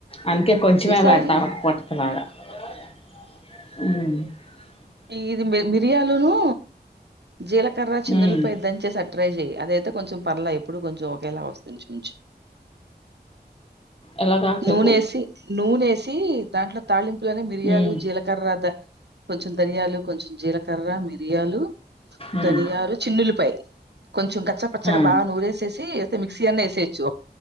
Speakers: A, on the left; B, on the right.
A: అందుకే కొంచమే
B: ఈసారి
A: పెడతామ పట్టకలాగా ఉ
B: ఈ ఇది మిర్యాలును జీలకర్ర చిన్నుల్లిపాయ
A: ఉమ్.
B: దంచేస అ ట్రై చెయ అద అయితే కొంచెం పర్లే ఇప్పుడు కొంచెం ఒకేలా వస్తుంచ
A: ఎలాగా చెప్పు
B: నూనేసి నూనేసి దాంట్లో తాలింపు లోనే మిరియాలు
A: ఉమ్,
B: జీలకర్రత కొత్తులు ధనియాలు కొంచెం జీలకర్ర మిరియాలు
A: ఉమ్,
B: ధనియాలు చిల్లుల్లిపాయ్ కొంచెం కచ్చ పచ్చగా
A: ఆ,
B: బాగా నూరేసేసి మిక్సీ అయినా యేసేయొచ్చు